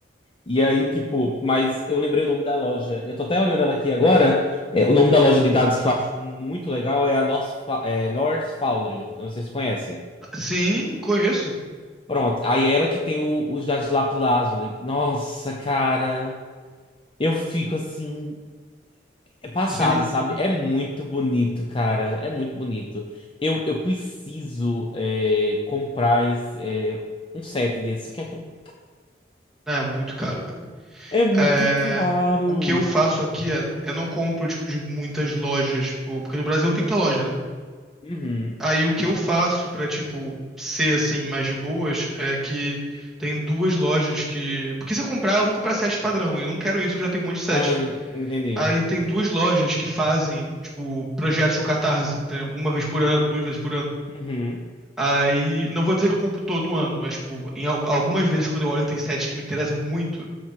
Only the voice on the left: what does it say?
E aí, tipo, mas eu lembrei o nome da loja. Eu tô até olhando ela aqui agora. É, o nome da loja de dados que eu acho muito legal é a North, Fa- é, North Foundry. Eu não sei se conhecem.
Pronto, aí é ela que tem o- os dados de lápis lazuli. Nossa, cara. Eu fico assim. É passado,
sabe? É muito bonito, cara. É muito bonito. Eu, eu preciso é, comprar esse, é, um set desse, que é tão...
É muito
caro.
Uhum.
Ah, entendi.
Uhum.